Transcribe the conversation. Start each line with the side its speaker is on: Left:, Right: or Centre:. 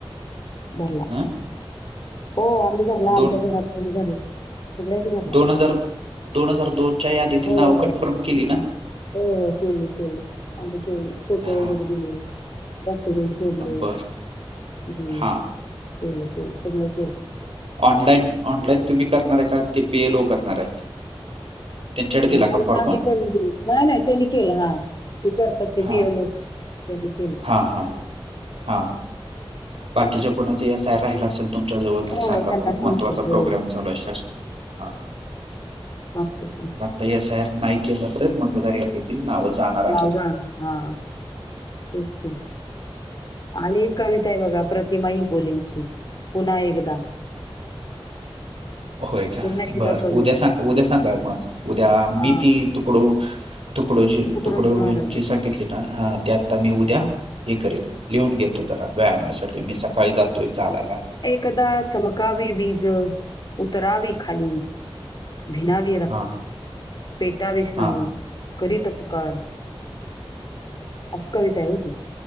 Left: भरला
Right: हं?
Left: हो आम्ही भरला आमच्या
Right: दोन
Left: घरातल्यानी भरला सगळ्यांनी भर
Right: दोन हजार दोन हजार दोनच्या यादीतील
Left: हो,
Right: नाव
Left: हो,
Right: कन्फर्म
Left: हो.
Right: केली ना
Left: हो हो केली केली आ केले फोटो
Right: हां
Left: वगैरे दिलेले डॉक्युमेंट जोडले
Right: बरं
Left: हम्म
Right: हां
Left: केलं केलं सगळ केलं
Right: ऑनलाईन ऑनलाईन तुम्ही करणार आहे का ते बीएलओ करणार आहेत त्यांच्याकडे दिला
Left: आमच
Right: का फॉर्म
Left: आम्ही करून दिल नाही नाही त्यांनी केलं हा ते करतात ते
Right: हां
Left: बिय लोक त्यानीख ह
Right: हां हां हां बाकीच्या कोणाचाय राहिला असेल तुमच्या जवळ
Left: हो
Right: तर सांगा
Left: त्यांना
Right: खूप
Left: सांगतो
Right: महत्त्वाचा
Left: हो
Right: प्रोग्राम चालू हा
Left: सांते सांगते
Right: त सहेर नाही केलं तर मतदार यादीतील नाव जाणार आहेत
Left: नाव जाणार हा तेच क आणि कविता आहे बघा प्रतिमा इंगोलींची पुन्हा एकदा
Right: होय का
Left: पुन्हा एकदा
Right: बर
Left: कविता
Right: उद्या सां उद्या सांगा मग उद्या
Left: हा
Right: मी ती तुकडो तुकडो
Left: तुकडोजी
Right: तुकडो
Left: महाराजांची
Right: सग हा त्या आता मी उद्या हे करेन लिहून घेतो जरा व्यायामासाठी
Left: हा
Right: मी सकाळी जातोय चालायला
Left: कदा चमकावी वीज उतरावी खाली भिनावी
Right: हा.
Left: पेटावेेस नाही
Right: हा
Left: येऊन करीत. कर अशी कविता आहे होती.